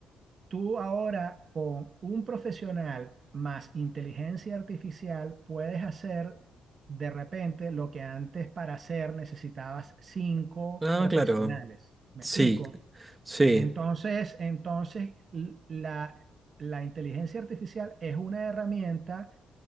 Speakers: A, on the right (about 45°); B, on the right (about 20°).
A: tú ahora con un profesional más inteligencia artificial puedes hacer de repente lo que antes para hacer necesitabas cinco
B: Ah,
A: profesionales.
B: claro.
A: ¿Me
B: Sí,
A: explico?
B: sí,
A: Entonces, entonces l- la, la inteligencia artificial es una herramienta